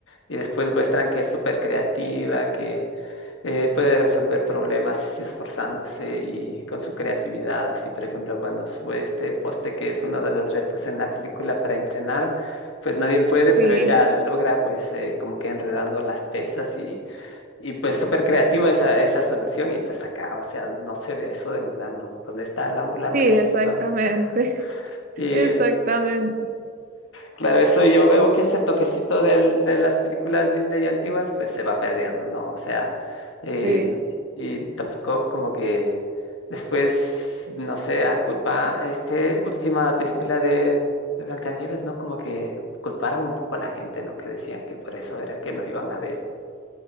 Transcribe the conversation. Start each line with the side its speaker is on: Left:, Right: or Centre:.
Left: y después muestran que es súper creativa, eh, puede resolver problemas así esforzándose y con su creatividad. Así, por ejemplo, cuando sube este poste, que es uno de los retos en la película para entrenar, pues nadie puede, pero
Right: sí,
Left: ella logra, pues, eh, como que enredando las pesas y, y pues súper creativa esa, esa solución. Y pues acá, o sea, no se ve eso de Mulan, ¿no? ¿Dónde está la Mulan
Right: sí,
Left: creativa?
Right: exactamente,
Left: Ajá.
Right: <laughs>
Left: Y
Right: exactamente,
Left: Claro, eso yo veo que ese toquecito del- de las películas Disney antiguas pues se va perdiendo, ¿no? O sea, eh,
Right: sí,
Left: y tampoco como que después, no sé, a culpa, este última película de, de Blancanieves, ¿no? Como que culparon un poco a la gente, ¿no? Que decían que por eso era que no iban a ver.